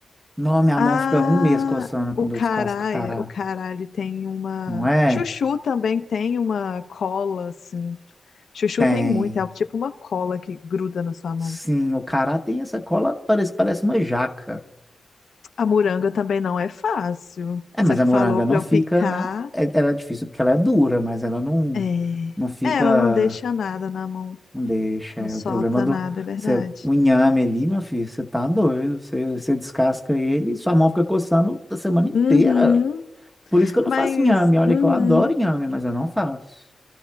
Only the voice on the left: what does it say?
Ah,
o
cará
é, o cará ele tem uma,
chuchu também tem uma cola assim. Chuchu
tem muito, é tipo uma cola que gruda na sua mão.
A moranga também não é fácil.
Você
falou
pra
eu
picar,
é,
É, ela não deixa nada na mão.
Não
solta
nada, é verdade.
Uhum,
mas,
uhum,